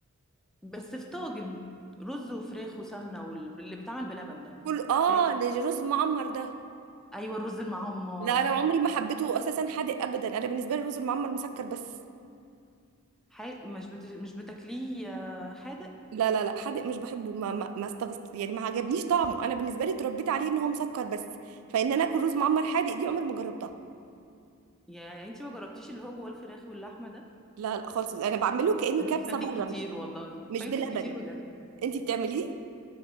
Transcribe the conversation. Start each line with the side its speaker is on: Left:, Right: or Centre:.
Centre: بس في طاجن رز وفراخ وسمنه واللي بيتعمل بلبن ده
Right: كل اه
Centre: عارفاه
Right: الرز معمر ده
Centre: ايوه الرز المعمر
Right: لا انا عمري ما حبيته اساسا حادق ابدا انا بالنسبة لي الرز المعمر مسكر بس
Centre: حي... مش بت... مش بتاكليه آه، حادق
Right: لا لا لا حادق مش بحبه ما ما, ما استغست يعني ما عجبنيش طعمه انا بالنسبة لي اتربيت عليه ان هو مسكر بس فان انا اكل رز معمر حادق دي عمري ما جربتها
Centre: يا انت ما جربتيش اللي هو جواه الفراخ واللحمه ده
Right: لا لا خالص انا بعمله كانه
Centre: انت
Right: كبسه
Centre: فاتك
Right: بره
Centre: كتير والله
Right: مش
Centre: فاتك
Right: بلبن
Centre: كتير بجد
Right: انت بتعمليه